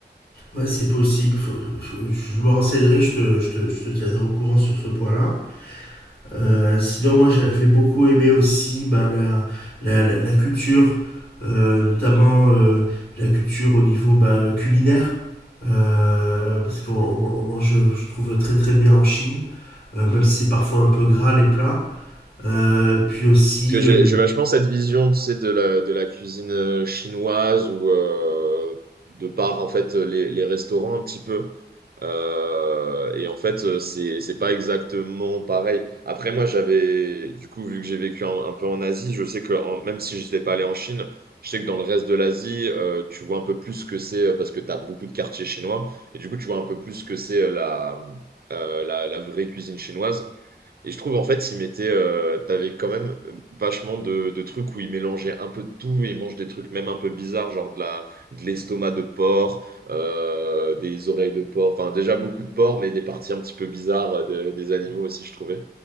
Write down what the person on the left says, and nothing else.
ouais, c'est possible. Faut- faut- je me renseignerai, je te, je, te, je te tiendrai au courant sur ce point-là. Euh, sinon, moi, j'ai- j'ai beaucoup aimé aussi ben, la, la, la- la culture, euh, notamment euh, la culture au niveau ben, culinaire. Euh, parce qu'on on- on mange, je trouve, très très bien en Chine, euh, même si c'est parfois un peu gras les plats. Euh, puis aussi,
euh,